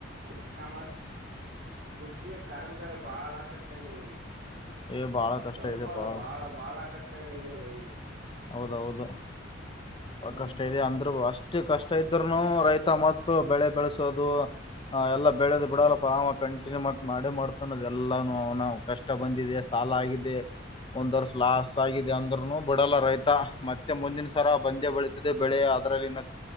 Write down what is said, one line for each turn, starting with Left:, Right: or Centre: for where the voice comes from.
Right: ಕ್ರೃಷಿ ಕಾಮ
Left: ಹ <unintelligible>
Right: ಕೃಷಿ ಕಾರ್ಮಗಾರ ಬಾಳ ಕಷ್ಟ ಇದೆ ಬೈ
Left: ಏ ಬಾಳ ಕಷ್ಟ
Right: ಸ್ವಲ್ಪ
Left: ಇದೆಪಾ
Right: ಅಲ್ಲ ಬಾಳ ಬಾಳ ಕಷ್ಟಡ ಇದೆ ಬೈ
Left: ಹೌದೌದು
Right: ಹ್ಮ್
Left: ಕಷ್ಟ ಇದೆ ಅಂದ್ರು ಅಷ್ಟ ಎಷ್ಟು ಕಷ್ಟ ಇದ್ರರುನು ರೈತ ಬೆಳೆ ಬೆಳೆಸೋದು ಹ ಎಲ್ಲಾ ಬೆಳೆದ ಬಿಡಲ್ಲಪ್ಪ ಅವಾ ಕಂಟಿನ್ಯೂ ಮಾಡೇ ಮಾಡ್ತಾನದ ಎಲ್ಲಾನ ಅವನ ಕಷ್ಟ ಬಂದಿದೆ ಅಲಾ ಆಗಿದೆ ಒಂದ್ ವರ್ಷ ಲಾಸ್ ಆಗಿದೆ ಅಂದ್ರರುನು ಬಿಡಲ್ಲ ರೈತ ಮ ಮತ್ತೆ ಮುಂದಿನ ಸರ ಬಂದೇ ಬೆಳೀತದೆ ಬೆಳೆ ಅದ್ರಲ್ಲಿ ಇನ್ನ